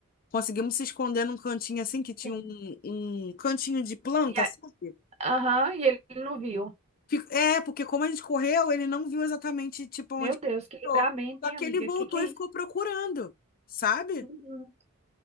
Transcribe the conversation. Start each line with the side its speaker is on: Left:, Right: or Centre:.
Left: Conseguimos se esconder num cantinho assim, que tinha
Right: sim.
Left: um, um cantinho de planta,
Right: E a-
Left: sabe?
Right: Aham, e ele não viu.
Left: Fi- É, porque como a gente correu, ele não viu exatamente, tipo, onde
Right: Meu Deus,
Left: que
Right: que livramento,
Left: entrou. Só
Right: hein,
Left: que
Right: amiga?
Left: ele voltou
Right: Que que é
Left: e
Right: isso?
Left: ficou procurando, sabe?
Right: Uhum.